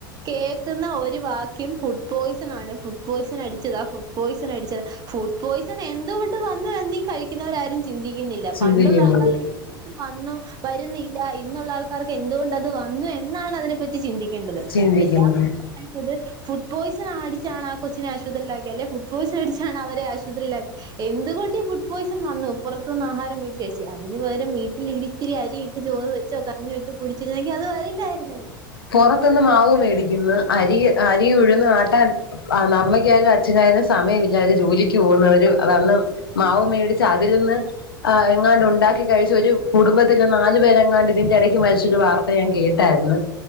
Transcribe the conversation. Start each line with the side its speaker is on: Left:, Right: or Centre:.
Right: കേൾക്കുന്ന ഒരു വാക്യം ഫുഡ് പോയ്സൺ ആണ് ഫുഡ് പോയ്സൺ അടിച്ചതാ ഫുഡ് പോയിസൺ അടിച്ചതാ ഫുഡ് പോയ്സൺ എന്തുകൊണ്ട് വന്നു എന്നീ കഴിക്കുന്നവരാരും ചിന്തിക്കുന്നില്ല
Left: ചിന്തിക്കുന്നത്
Right: പണ്ടുള്ള ആൾക്കാർക്ക് വന്നു വരുന്നില്ല ഇന്നുള്ള ആൾക്കാർക്ക് എന്തുകൊണ്ടത് വന്നു എന്നാണ് അതിനെപ്പറ്റി ചിന്തി ക്കേണ്ടത്
Left: ചിന്തിക്കുന്നത്
Right: എല്ലാവരും പറയുന്നത് ഫുഡ് പോയിസൺ അടിച്ചാണ് ആ കൊച്ചിനെ ആശുപത്രിയിലാക്കി അല്ലെ ഫുഡ് പോയിസൺ അടിച്ചാണ് അവരെ ആശുപത്രിയിലാക്കി എന്തുകൊണ്ട് ഈ ഫുഡ് പോയ്സൺ വന്നു പുറത്തൊന്ന് ആഹാരം മേടിച്ച് കഴിച്ച് അതിന് പകരം വീട്ടിലിരി ഇത്തിരിയിട്ട് ചോറ് വെച്ചോ കഞ്ഞി വെച്ചോ കുടിച്ചിരുന്നെങ്കിൽ അത് വരില്ലായിരുന്നല്ലോ
Left: പുറത്തുന്ന് മാവ് മേടിക്കുന്നു അരി അരി ഉഴുന്ന് ആട്ടാൻ അമ്മക്കായാലും അച്ഛനായാലും സമയമില്ല അവര് ജോലിക്ക് പോകുന്നവര് വന്ന് മാവ് മേടിച്ച് അതിൽ നിന്ന് ആഹ് എങ്ങാണ്ട് ഉണ്ടാക്കി കഴിച്ചു ഒരു കുടുംബത്തിലെ നാലു പേരെങ്ങാണ്ട് ഇതിന്റെ ഇടയ്ക്ക് മരിച്ചൊരു വാർ ത്ത ഞാൻ കേട്ടായിരുന്നു